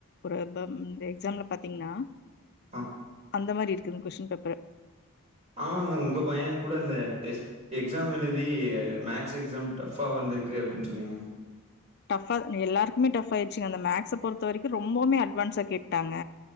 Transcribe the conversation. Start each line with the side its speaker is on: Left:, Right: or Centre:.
Left: ஒரு பம் இந்த எக்ஸாம்ல பாத்தீங்ன்னா
Right: ஆ
Left: அந்த மாரி இருக்குங் கொஸ்டின் பேப்பர்
Right: ஆமாங்க உங்க பையங்கூட அந்த டெஸ்ட் எக்ஸாம் எழுதி அ மேக்ஸ் எக்ஸாம் டஃப்ஃபா வந்திருக்கு அப்டின் சொன்னீங்க
Left: டஃப்ஃபா ம் எல்லார்க்குமே டஃப் ஆய்ருச்சுங்க அந்த மேக்ஸ பொறுத்த வரைக்கு ரொம்பவ்மே அட்வான்ஸா கேட்டாங்க